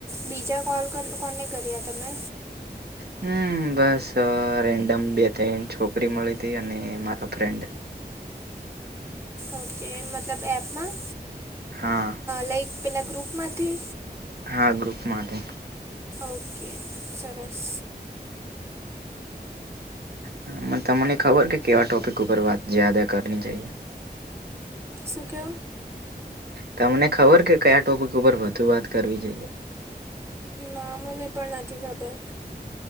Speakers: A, on the right; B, on the right.
A: બીજા કોલ કોને કર્યા તમે
B: હમ બસ રેન્ડમ બે ત્રણ છોકરી મળી હતી અને મારા ફ્રેન્ડ
A: ઓકે મતલબ એપમાં
B: હા
A: લાઈક પહેલાં ગ્રુપમાંથી
B: હા ગ્રુપમાંથી
A: ઓકે સરસ
B: હમ તમને ખબર કે કેવા ટોપિક ઉપર વાત જયાદા કરવી જોઈએ
A: શું કયો
B: તમને ખબર કે કયા ટોપિક ઉપર વધુ વાત કરવી જોઈએ
A: ના મને પણ નથી ખબર